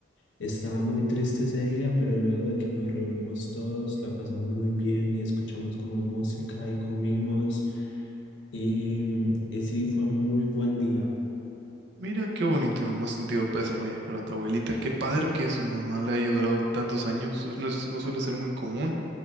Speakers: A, on the left; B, on the right.
A: estaba muy triste ese día, pero luego de que nos reunimos todos, la pasamos muy bien y escuchamos como música y comimos y, y sí, fue un muy buen día.
B: Mira qué bonito, mi más sentido pésame, oye, para tu abuelita. Qué padre que su mamá le haya durado tantos años. Eso no, es- no suele ser muy común.